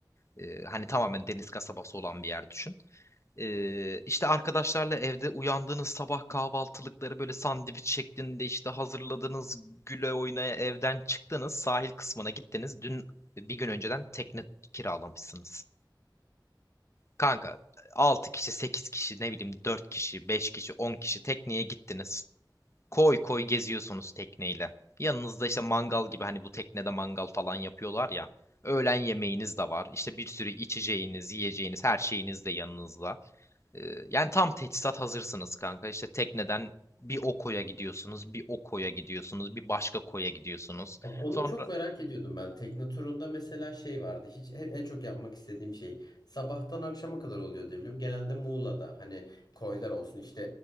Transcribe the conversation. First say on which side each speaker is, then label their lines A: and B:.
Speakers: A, on the left; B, on the left.
A: Ee, hani tamamen deniz kasabası olan bir yer düşün. Ee, işte arkadaşlarla evde uyandığınız sabah kahvaltılıkları böyle sandviç şeklinde işte hazırladınız, güle oynaya evden çıktınız, sahil kısmına gittiniz. Dün bir gün önceden tekne kiralamışsınız. Kanka 6 kişi, 8 kişi, ne bileyim 4 kişi, 5 kişi, 10 kişi tekneye gittiniz. Koy koy geziyorsunuz tekneyle. Yanınızda işte mangal gibi hani bu teknede mangal falan yapıyorlar ya. Öğlen yemeğiniz de var. İşte bir sürü içeceğiniz, yiyeceğiniz, her şeyiniz de yanınızda. Ee, yani tam teçhizat hazırsınız kanka. İşte tekneden bir o koya gidiyorsunuz, bir o koya gidiyorsunuz, bir başka koya gidiyorsunuz.
B: Abi Onu
A: Sonra
B: çok merak ediyordum ben. Tekne turunda mesela şey vardı. Hiç he- en çok yapmak istediğim şey sabahtan akşama kadar oluyor diye biliyorum. Genelde Muğla'da hani koylar olsun işte